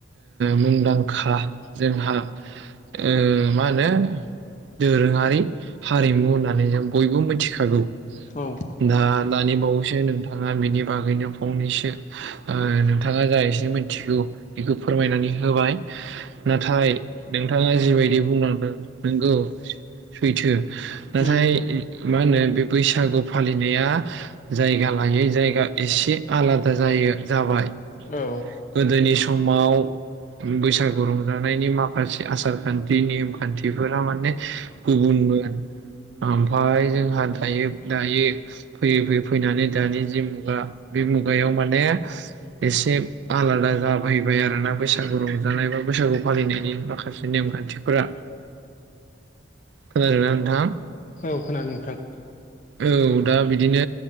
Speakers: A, on the right; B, on the left.
A: मुंदांखा जोंहा ओ मा होनो दोरोङारि हारिमु होननानै जों बयबो मिथिखागौ
B: औ
A: दा‌ दानि बावैसो नोंथाङा बेनि बागैनो फंनैसो ओ नोंथाङा जा एसे मिथिगौ बेखौ फोरमायनानै होबाय। नाथाय नोंथाङा जिबायदि बुंलांदों नोंगौ सैथो। नाथाय
B: उम
A: मा होनो बे बैसागु फालिनाया जायगा लायै जायगा एसे आलादा जायो जाबाय।
B: औ
A: गोदोनि समाव बैसागु रंजानायनि माखासे आसार खान्थि नेम खान्थिफोरा माने गुबुन मोन। आमफाय जोंहा दायो दायो फैयै फैयै फैनानै दानि जि मुगा बे मुगायाव माने एसे आलादा जाफैबाय आरोना बैसागु रंजानाय बाबो बैसागु फालिनायनि माखासे नेमखान्थिफोरा खोनादों ना नोंथाङा?
B: औ खोनादों नोंथां।
A: औ दा बिदिनो